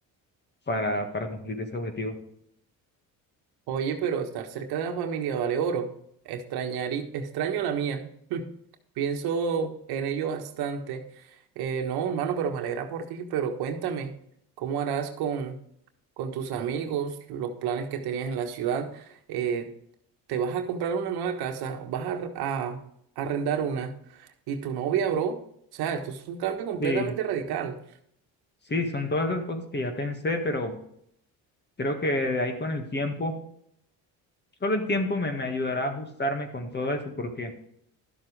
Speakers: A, on the left; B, on the right.
A: para, para cumplir ese objetivo.
B: Oye, pero estar cerca de la familia vale oro. Extrañar y- extraño a la mía. <laughs> Pienso en ello bastante. Eh, no, hermano, pero me alegra por ti. Pero cuéntame, ¿cómo harás con, con tus amigos, los planes que tenías en la ciudad? Eh, ¿te vas a comprar una nueva casa? ¿Vas a, ar- a arrendar una? ¿Y tu novia, bro? O sea, esto es un cambio completamente
A: Sí,
B: radical.
A: sí, son todas esas cosas que ya pensé, pero creo que de ahí con el tiempo, solo el tiempo me, me ayudará a ajustarme con todo eso porque...